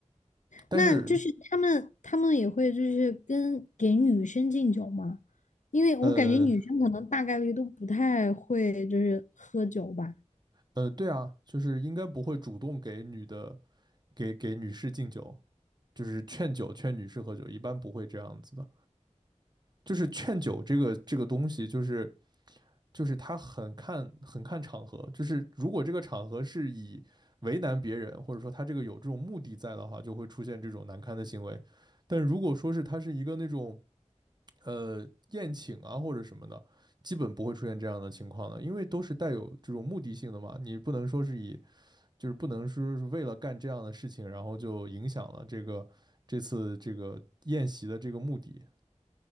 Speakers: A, on the right (about 35°); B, on the left (about 80°).
A: 但是
B: 那就是他们他们也会就是跟给女生敬酒吗？因为我感觉女生可能大概率都不太会就是喝酒吧。
A: 呃呃，对啊，就是应该不会主动给女的给给女士敬酒，就是劝酒劝女士喝酒，一般不会这样子的。就是劝酒这个这个东西，就是就是他很看很看场合，就是如果这个场合是以为难别人，或者说他这个有这种目的在的话，就会出现这种难堪的行为。但如果说是他是一个那种呃宴请啊或者什么的，基本不会出现这样的情况的，因为都是带有这种目的性的嘛。你不能说是以就是不能说是为了干这样的事情，然后就影响了这个这次这个宴席的这个目的。